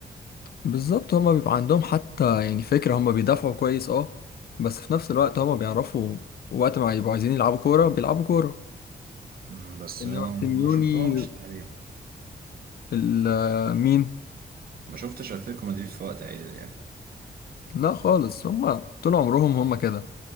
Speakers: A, on the left; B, on the right.
A: بالظبط هما بيبقى عندهم حتى يعني فكرة هما بيدافعوا كويس اه بس في نفس الوقت هما بيعرفوا وقت ما يبقوا عايزين يلعبوا كورة بيلعبوا كورة
B: مم، بس
A: انما
B: ما ما
A: سيميوني
B: شفتهمش تقريبا
A: ال- مين
B: ما شفتش أتلتيكو مدريد في وقت عادل يعني
A: لا خالص هما طول عمرهم هما كده